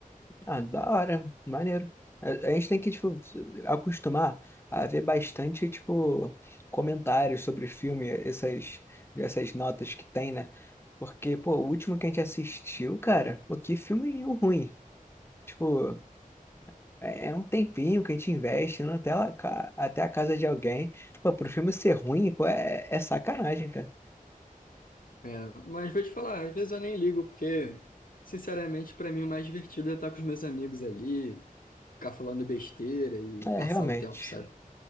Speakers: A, on the left; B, on the left.
A: Ah, da hora, maneiro. A, a gente tem que, tipo, acostumar a ver bastante, tipo, comentários sobre o filme, essas, essas notas que tem, né? Porque, pô, o último que a gente assistiu, cara, pô, que filme ruim. Tipo. É é um tempinho que a gente investe indo até, lá, ca- até a casa de alguém. Pô, pro filme ser ruim, pô, é, é sacanagem, cara.
B: É, mas vou te falar, às vezes eu nem ligo, porque, sinceramente, pra mim o mais divertido é estar com os meus amigos ali, ficar falando besteira e
A: É,
B: passar
A: realmente.
B: o tempo, sabe?